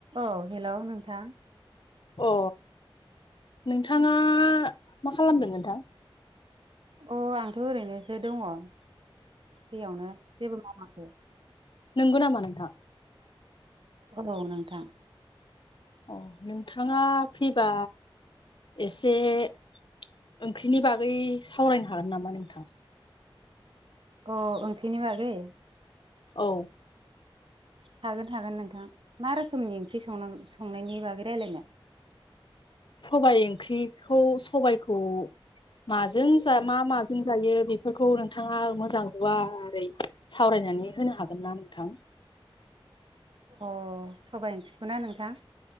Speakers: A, on the right; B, on the left.
A: औ हेलौ नोंथां।
B: अ नोंथाङा मा खालामदों नोंथां?
A: अ आंथ' ओरैनोसो दङ फ्रिआवनो जेबो मावाखै।
B: नोंगौ नामा नोंथां?
A: औ नोंथां।
B: अ नोंथाङा फैबा एसे ओंख्रिनि बागै सावरायनो हागोन नामा नोंथां?
A: अ ओंख्रिनि बागै?
B: औ।
A: हागोन हागोन नोंथां मा रोखोमनि ओंख्रि संनां संनायनि बागै रायलायनो?
B: सबाय ओंख्रिखौ सबायखौ माजों जा मा माजों जायो बेफोरखौ नोंथाङा मोजां गुवारै सावरायनो नानै होनो हागोन ना नोंथां?
A: अ सबाय ओंख्रिखौ ना नोंथां?